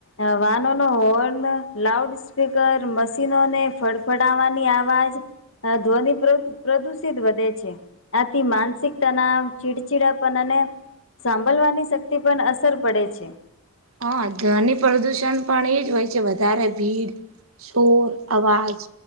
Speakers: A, on the left; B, on the right.
A: અ વાહનો નો હોર્ન લાઉડ સ્પીકર મશીનોને ફડફડવાની આવાજ હા ધ્વનિ પ્ર પ્રદુષિત વધે છે. આથી માનસિક તનાવ ચીળચીડા પણ અને સાંભલવાની શક્તિ પર અસર પડે છે.
B: હા ધ્વનિ પ્રદુષણ પણ એજ હોય છે, વધારે ભીડ શોર અવાજ